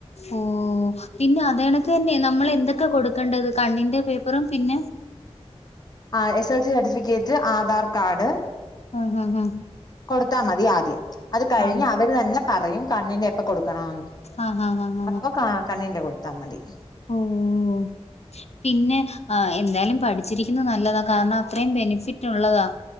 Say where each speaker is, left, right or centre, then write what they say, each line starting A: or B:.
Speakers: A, on the left (about 65°); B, on the left (about 35°).
A: ഓഹ് പിന്നെ അതണക്ക് തന്നെ നമ്മൾ എന്തൊക്കെ കൊടുക്കേണ്ടത് കണ്ണിന്റെ പേപ്പറും പിന്നെ
B: ആഹ് S L C certificate Aadhaar card
A: ആഹ് ആഹ്
B: കൊടുത്താ മതി ആദ്യം അത് കഴിഞ്ഞ്
A: ആഹ്
B: അവര് തന്നെ പറയും കണ്ണിന്റെ എപ്പൊ കൊടുക്കണന്ന്
A: ആഹ് ആഹ് ആഹ്
B: അപ്പൊ കണ്ണിന്റെ കൊടുത്താൽ മതി
A: ഓഹ് പിന്നെ ആ എന്തായാലും പഠിച്ചിരിക്കുന്നത് നല്ലതാ കാരണം അത്രയും ബെനിഫിറ്റ് ഉള്ളതാ